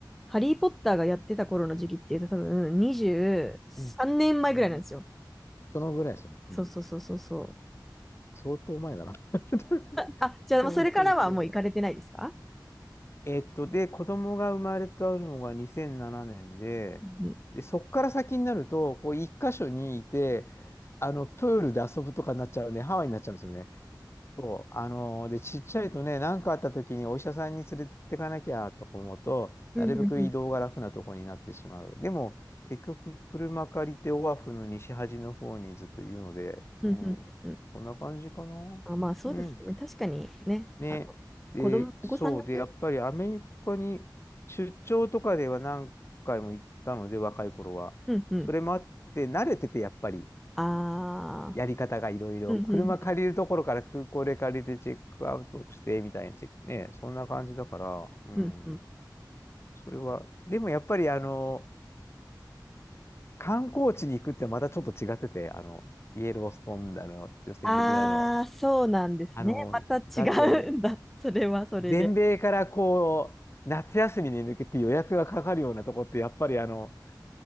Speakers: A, in the centre; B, on the left (about 35°).
A: ハリー・ポッターがやってた頃の時期っていうと多分23年前ぐらいなんですよ。
B: うん、うん、そのぐらいですね。
A: そうそうそうそうそう。
B: うん、相当前だな。<laughs>
A: あ、じゃあ、
B: そうそうそう。
A: もうそれからはもう行かれてないですか
B: えっと、で、子供が生まれたのが2007年で、
A: うん。
B: で、そっから先になると、こう、一箇所にいて、あの、プールで遊ぶとかになっちゃうんで、ハワイになっちゃうんですよね。そう。あのーで、ちっちゃいとね、何かあった時にお医者さんに連れてかなきゃと思うと、
A: うん、
B: なるべく移動が楽なとこになってしまう。
A: うん、うん。
B: でも、結局、車借りてオアフの西端の方にずっといるので、
A: うん、
B: うん。
A: うん、うん。
B: そんな感じかな。
A: あ、まあ、そうですね。
B: うん。
A: 確かにね、
B: ね。
A: あの、
B: で、
A: 子供、お子さんがね。
B: そうで、やっぱりアメリカに出張とかでは何回も行ったので、若い頃は。
A: うん、うん。
B: それもあって、慣れてて、やっぱり、
A: ああ。
B: やり方がいろいろ。
A: うん、
B: 車借りるところから空港で借りてチェックアウトして、
A: うん、
B: みたいなチェック、ね、そんな感じだから、うん。
A: うん、うん。
B: それは、でもやっぱり、あの、観光地に行くってまたちょっと違ってて、あの、イエローストーンだの、ヨセミテだの、
A: ああー、そうなんですね。
B: あの、
A: また違うんだ。
B: だって、
A: それはそれで。
B: 全米からこう、夏休みに向けて予約がかかるようなとこって、やっぱりあの、